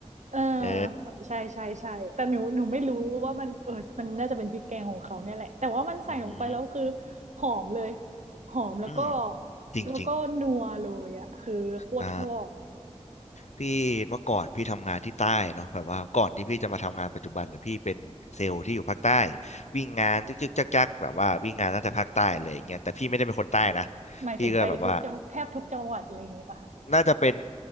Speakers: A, on the right (about 80°); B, on the left (about 75°).
A: เออ
B: เออ
A: ใช่ใช่ใช่แต่หนูหนูไม่รู้ว่ามันเออมันน่าจะเป็นพริกแกงของเขาเนี่ยแหละ แต่ว่ามันใส่ลงไปแล้วคือ
B: อือหือ
A: หอมเลยหอมแล้วก็
B: อืมจริงจริง
A: แล้วก็นัวเลยอ่ะคือโคตรชอบ
B: อ่า พี่เมื่อก่อนพี่ทำงานที่ใต้เนาะแบบว่าก่อนที่พี่จะมาทำงานปัจจุบันเนี่ยพี่เป็นเซลล์ที่อยู่ภาคใต้วิ่งงานจึกจึกจักจักแบบว่าวิ่งงานตั้งแต่ภาคใต้เลยอย่างเงี้ยแต่พี่ไม่ได้เป็นคนใต้นะ
A: หมายถึงไปทุกจังแทบทุกจังหวัดอะไรอย่างเงี้ยป่ะคะ
B: พี่ก็แบบว่า น่าจะเป็น